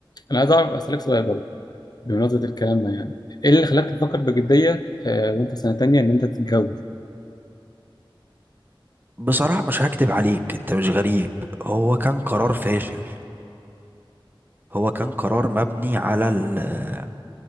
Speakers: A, on the left; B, on the right.
A: أنا عايز أعرف أسألك سؤال برضه بمناسبة الكلام ده يعني ايه اللي خلاك تفكر بجدية آه، وانت في سنة تانية ان انت تتجوز
B: بصراحة مش هكدب عليك انت مش غريب هو كان قرار فاشل هو كان قرار مبني على ال آه،